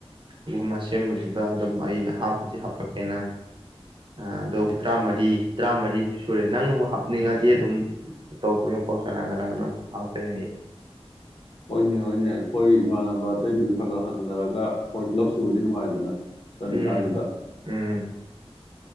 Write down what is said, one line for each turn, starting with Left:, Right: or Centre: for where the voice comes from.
Right: ꯑꯗꯨꯒꯨꯝꯕ ꯁꯦꯝꯕꯗꯨꯗ ꯑꯗꯨꯝ ꯑꯩ ꯍꯥꯞꯄꯨꯗꯤ ꯍꯥꯞꯄꯛꯀꯦ ꯅꯪ ꯑꯗꯣ ꯇꯔꯥꯃꯔꯤ ꯇꯔꯥꯃꯔꯤꯁꯤ ꯁꯨꯔꯦ ꯅꯪꯕꯨ ꯍꯥꯞꯅꯤꯡꯉꯗꯤ ꯑꯗꯨꯝ ꯑꯇꯣꯞꯄꯇꯣꯞꯄ ꯀꯅꯥ ꯀꯅꯥꯅꯣ ꯍꯥꯞꯄꯦꯃꯤ
Left: ꯍꯣꯏꯅꯦ ꯍꯣꯏꯅꯦ ꯑꯩꯈꯣꯏ ꯏꯃꯥꯟꯅꯕ ꯑꯇꯩꯗꯨꯁꯨ ꯈꯥ ꯒꯥ ꯍꯎ ꯊꯦꯡꯅꯔꯒ ꯑꯩꯈꯣꯏ ꯄꯨꯤꯂꯞ ꯁꯨꯔꯗꯤ ꯅꯨꯡꯉꯥꯏꯗꯅ ꯆꯠꯂꯤꯀꯥꯟꯗꯨꯗ
Right: ꯎꯝ ꯎꯝ